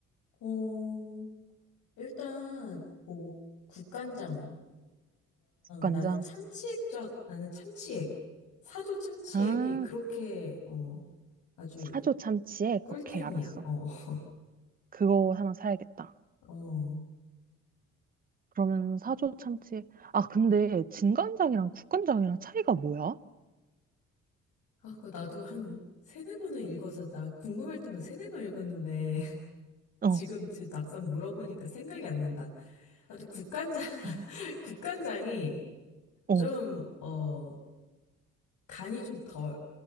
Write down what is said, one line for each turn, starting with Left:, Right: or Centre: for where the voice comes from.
Left: 어, 일단, 뭐, 국간장이랑
Right: 국간장.
Left: 나는 참치액젓, 나는 참치액, 사조 참치액이
Right: 아,
Left: 그렇게, 어, 아주
Right: 사조 참치액?
Left: 꿀템이야.
Right: 오케이, 알았어.
Left: 어, <laughs>
Right: 그거 하나 사야겠다.
Left: 어.
Right: 그러면 사조 참치. 아, 근데 진간장이랑 국간장이랑 차이가 뭐야?
Left: 아, 그 나도 한 세네 번을 읽어서 나 궁금할 때면 세네 번 읽었는데 <laughs>
Right: 어,
Left: 지금 지금 막상 물어보니까 생각이 안 난다. 아무튼 국간장, <laughs>
Right: 음.
Left: 국간장이
Right: 어,
Left: 좀, 어, 간이 좀 덜,